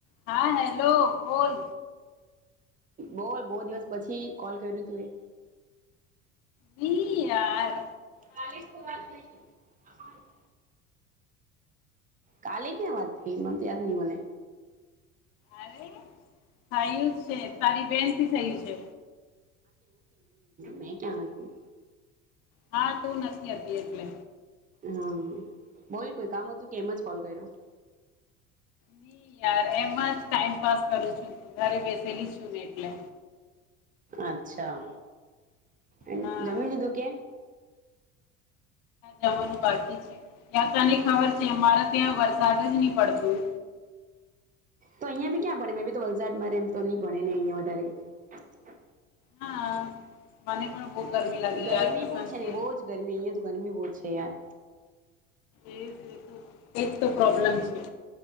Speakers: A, on the left (about 60°); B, on the right (about 20°).
A: હા હેલો બોલ.
B: બોલ બહુ દિવસ પછી કોલ કર્યું તું એ
A: વી યાર
B: કાલેસ તો વાત થયું. હા. <inaudible> કાલે ક્યાં વાત થઈ મન તો યાદ નહી મને.
A: અરે થયું જ છે તારી બેનથી થયું છે.
B: મે ક્યાં હતી.
A: હ હા તું નથી હતી એટલે
B: હહ બોલ કોઈ કામ હતું કે એમ જ કોલ કર્યો?
A: તું એ યાર એમજ ટાઈમપાસ કરું છું. ઘરે બેસેલી છું ને એટલે
B: અચ્છા. એમ
A: હા
B: જમી લીધું કે?
A: જમવાનું બાકી છે. યાર તને ખબર છે અમારે ત્યાં વરસાદ જ ની પડતું.
B: તો અહિયાં ભી ક્યાં પડે મેં ભી તો વલસાડ મારે એમ તો નહી ભણે ને અહિયાં વધારે
A: હા મને પણ બહુ ગરમી લાગે
B: ગરમી
A: યાર કસમથી
B: બહુ છે ને બોવ જ ગરમી અહિયાં તો ગરમી બહુ જ છે યાર.
A: એ જ ને એ જ તો પ્રોબ્લમ છે.